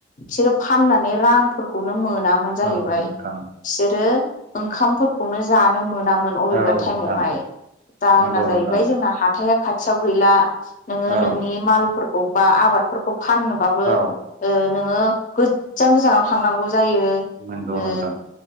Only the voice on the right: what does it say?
औ नोंथां
औ
नोंथां
नंगौ
नोंथां
औ
औ
नंगौ
नोंथां